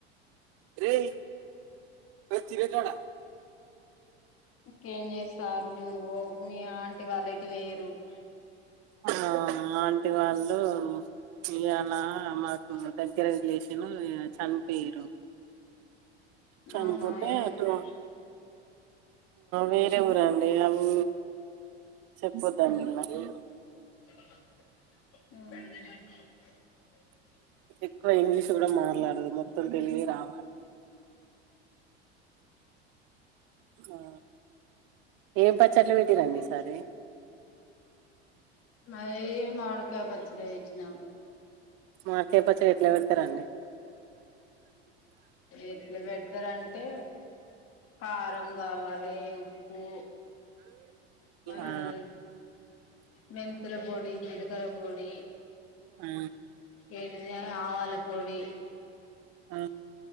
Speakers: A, on the right; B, on the left.
A: రేయ్ మే తినే కాడ
B: ఇంకేం చేస్తారు ఓ మీ ఆంటి వాళ్ళ ఎటు పోయిర్రూ? ఆ
A: ఆ ఆంటి వాళ్ళు తియానా మాకు దగ్గర రిలేషను చనిపోయిర్రు. చనిపోతే
B: అవునా ఏ ఊరు
A: అటు వేరే ఊరండి అది చెప్పొదండి ఇలాగే
B: ఉహు
A: ఎక్కువ ఇంగ్లీష్ కూడా మాట్లాడద్దు, మొత్తం తెలుగే రావాలె. ఆ ఏం పచ్చట్లు పెట్టిరండి? సరే
B: మాయి మామిడి కాయ పచ్చడి ఏయించినం
A: మార్కేటు చేతిలో పెడతరండి
B: ఎట్లా పెడతరంటే కారం కావాలె, ఉప్పు మనల్
A: ఆ
B: మెంత్ తుల పొడి, జీలకర్ర పొడి,
A: ఆ
B: ఏంటిది ఆవాల పొడి
A: ఆ